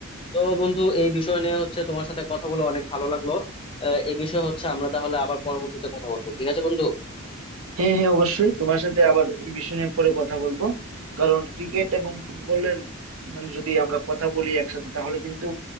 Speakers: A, on the left; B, on the right.
A: তো বন্ধু এই বিষয় নিয়ে হচ্ছে তোমার সাথে কথা বলে অনেক ভালো লাগলো আহ, এই বিষয়ে হচ্ছে আমরা তাহলে আবার পরবর্তীতে কথা বলবো ঠিক আছে বন্ধু
B: হ্যাঁ হ্যাঁ অবশ্যই তোমার সাথে আবার এই বিষয় নিয়ে পরে কথা বলবো কারণ ক্রিকেট এবং ফুটবলের মানে যদি আমরা কথা বলি একসাথে তাহলে কিন্তু